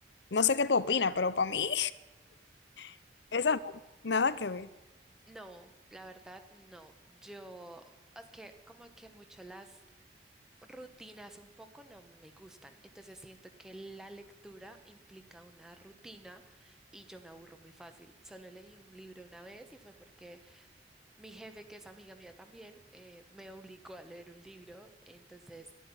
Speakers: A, on the left; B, in the centre.
A: no sé qué tú opinas, pero para mí, <laughs> eso no, nada que ver.
B: no, la verdad no. Yo, es que como que mucho las rutinas un poco no me gustan. Entonces siento que la lectura implica una rutina y yo me aburro muy fácil. Solo leí un libro una vez y fue porque Mi jefe, que es amiga mía también, eh, me obligó a leer un libro, entonces